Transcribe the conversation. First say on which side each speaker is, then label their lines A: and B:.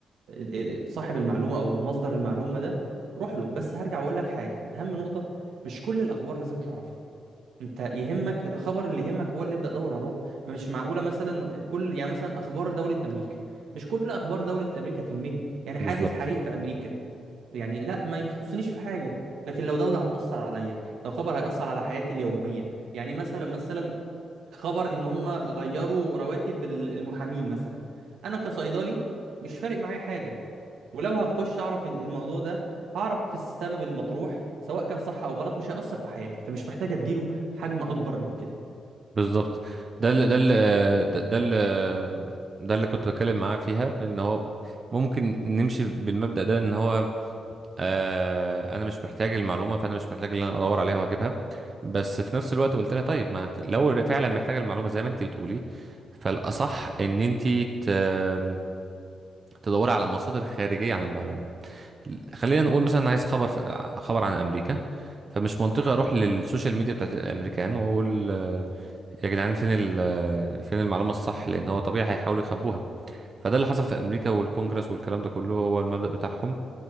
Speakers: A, on the right; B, on the right.
A: ال- ال- صاحب المعلومه او مصدر المعلومه ده روح له بس هرجع واقول لك حاجه اهم نقطه مش كل الاخبار لازم تعرفها انت يهمك الخبر اللي يهمك هو اللي ابدا دور وراه ما مش معقوله مثلا كل يعني مثلا اخبار دوله امريكا مش كل اخبار دوله امريكا تهمني يعني حادث
B: بالظبط
A: حريق في امريكا يعني لا ما يخصنيش في حاجه لكن لو دوله هتاثر عليا لو خبر هياثر على حياتي اليوميه يعني مثلا مثلا خبر ان هم غيروا رواتب ال- المحامين مثلا انا كصيدلي مش فارق معايا حاجه ولو هخش اعرف ال- الموضوع ده هعرف السبب المطروح سواء كان صح او غلط مش هيأثر في حياتي فمش محتاج اديله حجم اكبر من كده
B: بالظبط ده اللي ده اللي ده ده اللي ده اللي كنت بتكلم معاه فيها ان هو ممكن نمشي بالمبدأ ده ان هو آه انا مش محتاج المعلومة فانا مش محتاج ان انا ادور عليها واجيبها بس في نفس الوقت قلت لها طيب ما انت لو فعلا محتاجة المعلومة زي ما انت بتقولي فالاصح ان انت ت- تدوري على مصادر خارجية عن المعلومة خلينا نقول مثلا عايز خبر في- خبر عن امريكا فمش منطقي اروح للسوشيال ميديا بتاعت الامريكان واقول يا جدعان فين ال- فين المعلومة الصح لأن هو طبيعي هيحاولوا يخبوها فده اللي حصل في أمريكا والكونجرس والكلام ده كله هو المبدأ بتاعهم